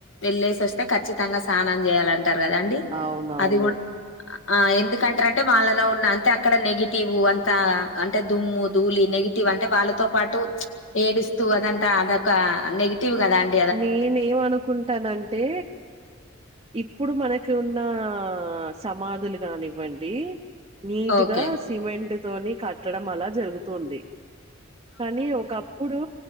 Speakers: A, on the left; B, on the right.
A: వెళ్ళేసి వస్తే ఖచ్చితంగా స్నానం చేయాలంటారు కదాండి
B: అవునవును
A: అది గుడా ఆ ఎందుకంటార అంటే వాళ్ళలో ఉన్న అంటే అక్కడ నెగిటివ్ అంత అంటే దుమ్ము ధూలి నెగిటి వ్ అంటే వాళ్ళతో పాటు ఏడిస్తూ అదంతా అదొక నెగిటివ్ కదంటే
B: నేనేమ అనుకుంటానంటే ఇప్పుడు మనకు ఉన్న సమాధులు కానివ్వండి నీట్
A: ఓకే
B: గా సిమెంట్ తోని కట్టడం అలా జరుగుతుంది కానీ ఒకప్పుడు